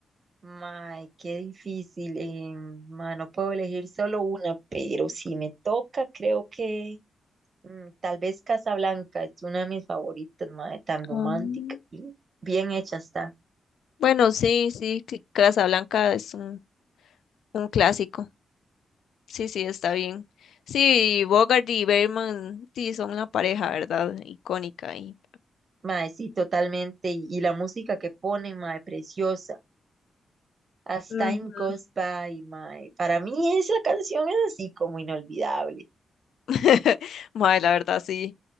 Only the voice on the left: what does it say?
Mm,
Bueno, sí, sí, Cl- Casablanca es un, un clásico. Sí, sí, está bien. Sí, Bogart y Bergman, sí, son una pareja, ¿verdad? Icónica y...
Ujú.
<laughs> Mae, la verdad, sí.